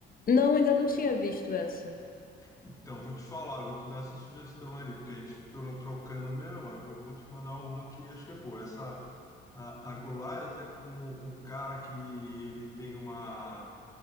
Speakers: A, on the left (about 45°); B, on the left (about 15°).
A: Não, ainda não tinha visto essa.
B: Então, vou te falar, eu vou te dar essa sugestão ali, porque a gente torou trocando mesmo, eu vou te mandar uma que acho que é boa. Essa, a, a Goliath é com um cara que ele tem uma...